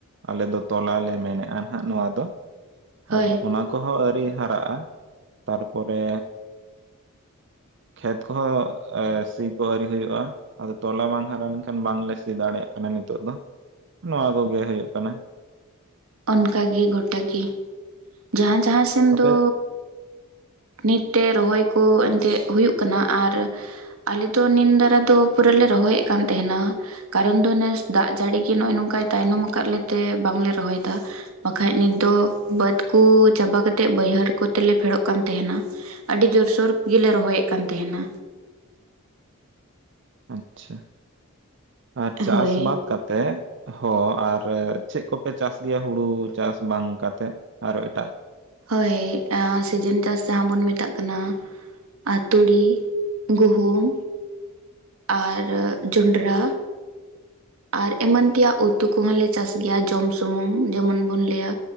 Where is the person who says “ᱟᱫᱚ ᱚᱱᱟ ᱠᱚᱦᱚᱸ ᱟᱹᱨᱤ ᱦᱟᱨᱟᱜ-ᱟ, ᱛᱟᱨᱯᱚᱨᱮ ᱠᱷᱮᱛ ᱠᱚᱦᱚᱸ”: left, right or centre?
Right